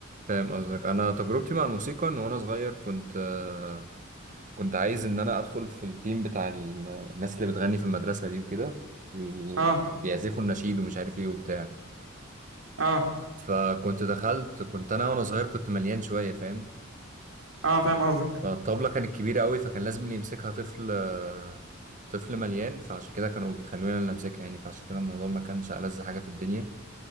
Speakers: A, on the right; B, on the right.
A: فاهم قصدك انا تجربتي مع الموسيقى ان وانا صغير كنت آه، كنت عايز ان انا ادخل في التيم بتاع ال- الناس اللي بتغني في المدرسه دي وكده وال-
B: اه
A: بيعزفوا النشيد ومش عارف ايه وبتاع
B: اه
A: فكنت دخلت كنت انا وانا صغير كنت مليان شويه فاهم
B: اه فاهم قصدك
A: فالطبلة كانت كبيرة قوي فكان لازم اللي يمسكها طفل آه، طفل مليان فعشان كده كانوا بيخلوني اللي امسكها يعني فعشان كده الموضوع ما كانش ألذ حاجة في الدنيا